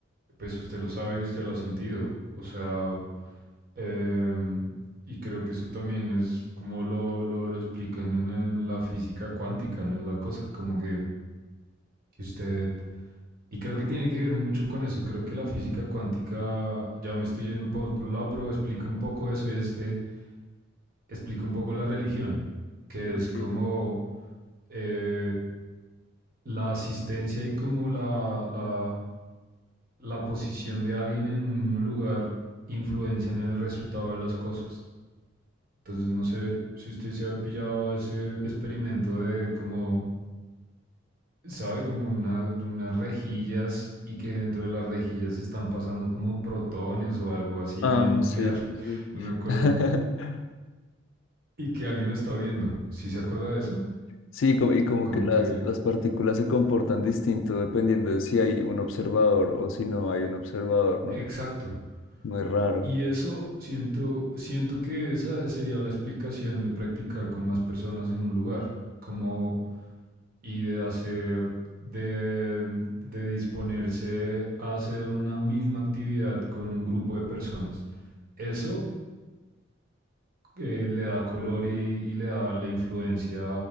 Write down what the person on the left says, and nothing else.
Ok.
Ah,
sí, sí,
sí.
<laughs>
Sí, como- y como
que las,
las partículas se comportan distinto dependiendo de si hay un observador o si no hay un observador, ¿no?
Muy raro.